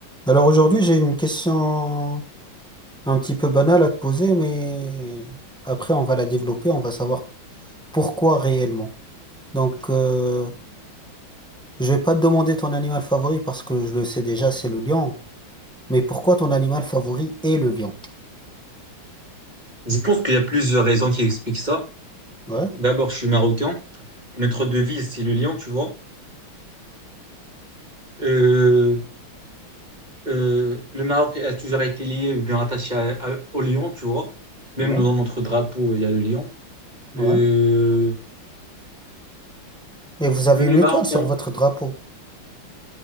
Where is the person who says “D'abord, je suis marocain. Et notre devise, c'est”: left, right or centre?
Right